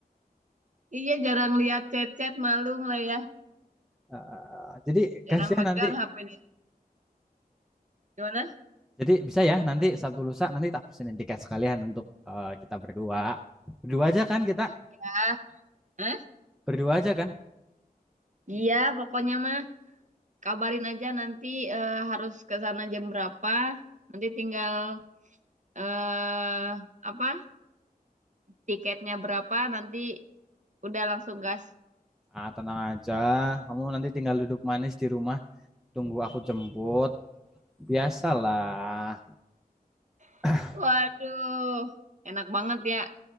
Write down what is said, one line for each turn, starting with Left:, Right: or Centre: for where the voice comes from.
Right: Iya, jarang lihat chat-chat malu lah ya.
Centre: Eh, jadi
Right: Jarang
Centre: kasihan
Right: pegang
Centre: nanti
Right: HP nih. Gimana?
Centre: Jadi bisa ya nanti Sabtu lusa nanti tak pesenin tiket sekalian untuk eh, kita berdua. Berdua aja kan kita?
Right: Iya. Hah?
Centre: Berdua aja kan?
Right: Iya, pokoknya mah kabarin aja nanti eh, harus ke sana jam berapa. Nanti tinggal eh apa? Tiketnya berapa nanti udah langsung gas.
Centre: Ah, tenang aja. Kamu nanti tinggal duduk manis di rumah, tunggu aku jemput. Biasalah.
Right: <laughs>
Centre: <clears throat>
Right: Waduh, enak banget ya.